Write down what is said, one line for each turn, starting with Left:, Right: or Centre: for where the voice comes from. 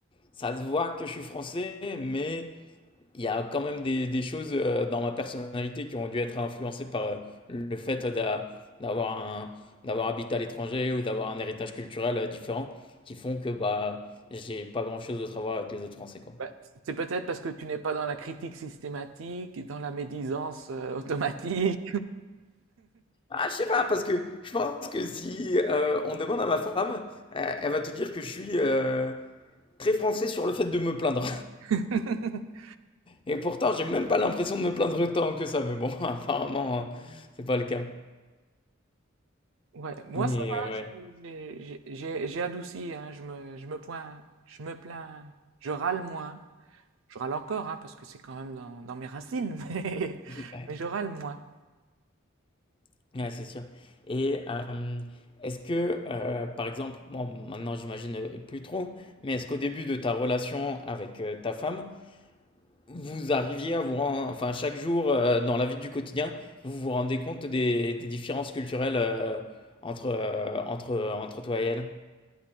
Left: ça se voit que je suis Français, mais il y a quand même des, des choses euh, dans ma personnalité qui ont dû être influencées par euh, le fait d'a- d'avoir un, d'avoir habité à l'étranger ou d'avoir un héritage culturel euh, différent qui font que bah, j'ai pas grand-chose d'autre à voir avec les autres Français, quoi.
Right: Bah, c'est peut-être parce que tu n'es pas dans la critique systématique, dans la médisance euh, automatique.
Left: Ah, je sais pas, parce que je pense que si euh, on demande à ma femme, euh, elle va te dire que je suis euh, très français sur le fait de me plaindre.
Right: <laughs>
Left: Et pourtant, j'ai même pas l'impression de me plaindre tant que ça, mais bon, <laughs> apparemment, euh, c'est pas le cas.
Right: Ouais, moi
Left: Mais
Right: ça va,
Left: ouais,
Right: j'ai j'ai- j'ai- j'ai adouci, hein, je me, je me plains, je me plains, je râle moins. Je râle encore, hein, parce que c'est quand même dans, dans mes racines, <laughs> mais,
Left: ouais,
Right: mais je râle moins.
Left: <laughs> Ouais, c'est sûr. Et euh, est-ce que, euh, par exemple, bon, maintenant j'imagine euh, plus trop, mais est-ce qu'au début de ta relation avec euh, ta femme, vous arriviez à vous rendre, enfin chaque jour euh, dans la vie du quotidien, vous vous rendez compte des, des différences culturelles euh, entre, euh, entre, entre toi et elle?